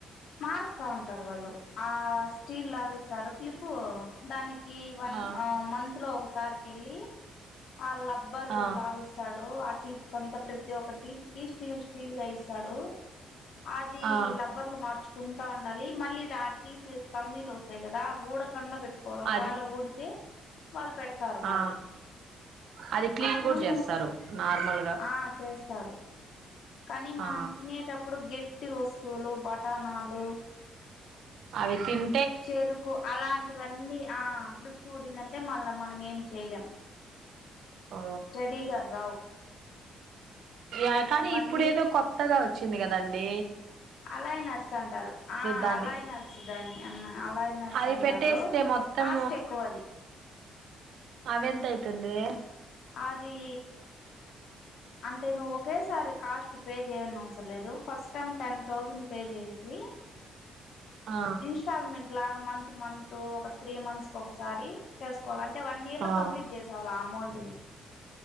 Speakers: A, on the left; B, on the right.
A: మారుస్తా ఉంటారు వాళ్ళు ఆహ్ స్టీల్ లాగి ఇస్తారు క్లిప్పు దాని ఈ వన్
B: ఆ
A: మంత్ లో ఒక సార్కి వెళ్ళ ఆ లబ్బరు
B: ఆ
A: లాభిస్తాడు ఆ టీత్కంత ప్రతి ఒక తికి స్టీల్ స్టీల్ గా ఇస్తాడు అది
B: ఆ
A: లబ్బర్లు మార్చ తంటా ఉండాలి మళ్ళీ టి కమ్మీలు వస్తాయి కదా ఊడకండా పెట్ కొలవకాయలు
B: అది
A: ఊడితే వాళ్ళు పెడతారు మళ్ళీ
B: ఆ అది క్లీన్
A: అప్పుడు
B: కూడా చేస్తారు
A: నువ్వు
B: నార్మల్గా
A: ఆ చేస్త స్తారు కానీ మనం
B: ఆ
A: తినేటప్పుడు గట్టి వస్తువులు బటానాాలు
B: అవి తన్
A: చెరుకు అలాంటివన్నీ ఆ క్లిప్స్ కూఊడిందంటే మళ్ళా మనం ఏం చేయాల్ం
B: ఓ
A: స్టడీ గా రావ్
B: అ కానీ
A: వన్
B: ఇప్పుడు ఏదో కొత్తగా వచ్చింది కదా అండి
A: అలాయ్ నర్స్ అంటారు ఆ
B: దాన్ని
A: అలాయ్ నర్స్ దాని అ అలాయ నర్స్
B: అది
A: అంటారు
B: పెట్టేస్తే మొత్తం
A: కాస్ట్ ఎక్కువ అది
B: అవె ఎంతయితుంది
A: అది అంటే నువ్వు ఒకేసారి కాస్ట్ పే చేయని అవసరం లేదు first time ten thousand pay చేసి
B: ఆ
A: ఇన్స్టాల్మెంట్ లాగా మంత్ మంత్ ఒక త్రీ మంత్స్ క ఒకసారి చేసుకోవాలి అంటే వన్ ఇయర్ లో
B: ఆ
A: కంప్లీట్ చేసేవాలి ఆ అమౌంట్